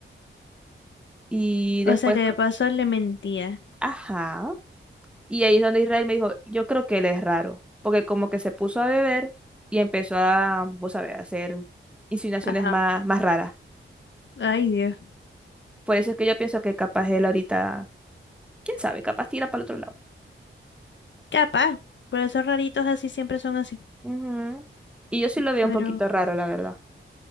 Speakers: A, in the centre; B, on the left.
A: Y
B: O
A: después,
B: sea que de
A: co-
B: paso le mentía.
A: ajá. Y ahí es donde Israel me dijo, yo creo que él es raro, porque como que se puso a beber y empezó a, vos sabés, a hacer insinuaciones
B: Ajá.
A: más, más raras.
B: Ay, Dios.
A: Por eso es que yo pienso que capaz él ahorita, quién sabe, capaz tira para el otro lado.
B: Capaz. Por esos raritos así siempre son así.
A: Ujú. Y yo sí lo veo
B: Pero,
A: un poquito raro, la verdad.